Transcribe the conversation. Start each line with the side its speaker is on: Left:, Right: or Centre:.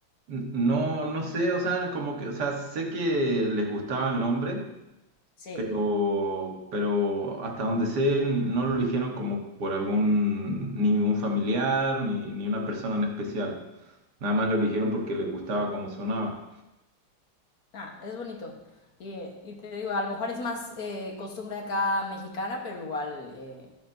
Right: n- no, no sé, o sea, como que, o sea, sé que les gustaba el nombre,
Left: Sí,
Right: pero, pero hasta donde sé, no lo eligieron como por algún, ni un familiar, ni, ni una persona en especial. Nada más lo eligieron porque les gustaba cómo sonaba.
Left: Ah, es bonito. Y, eh, y te digo, a lo mejor es más eh, costumbre acá mexicana, pero igual eh,